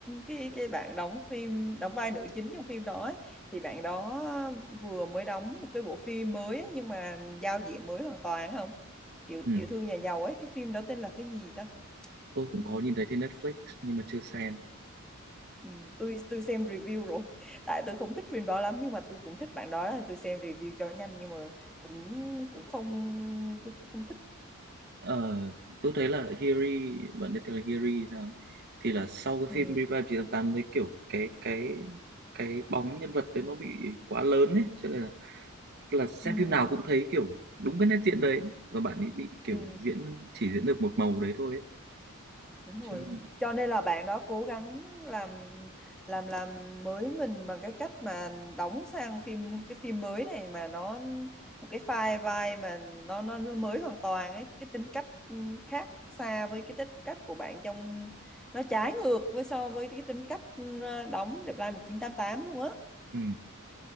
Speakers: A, in the centre; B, on the right.
A: cái cái bạn đóng phim đóng vai nữ chính trong phim đó ấy, thì bạn đó vừa mới đóng một cái bộ phim mới ấy, nhưng mà giao diện mới hoàn toàn không kiểu
B: ừ.
A: tiểu thư nhà giàu ấy cái phim đó tên là cái gì ta
B: tôi cũng
A: Ừ.
B: có nhìn thấy trên Netflix nhưng mà chưa xem
A: Ừ, tôi tôi xem review rồi <laughs> tại tôi không thích phim đó lắm nhưng mà tôi cũng thích bạn đó tôi xem review cho nhanh nhưng mà cũng cũng không tôi cũng không thích
B: Ờ, tôi thấy là Hiri bạn biết tên là Hiri sao ấy. thì là sau cái
A: ừ.
B: phim Revive 988 đấy kiểu cái cái cái bóng nhân vật đấy nó bị quá lớn ấy cho nên là là xem
A: Ừ.
B: phim nào cũng thấy kiểu đúng cái nét diễn đấy và bạn ấy bị kiểu
A: Ừ.
B: diễn chỉ diễn được một màu đấy thôi ấy.
A: Đúng
B: cho
A: rồi,
B: nên là
A: cho nên là bạn đó cố gắng làm làm làm mới mình bằng cái cách mà đóng sang phim cái phim mới này mà nó một cái file vai mà nó nó nó mới hoàn toàn ấy, cái tính cách khác xa với cái tính cách của bạn trong nó trái ngược với so với cái tính cách ờ, đóng Reply 1988 luôn á.
B: ừ,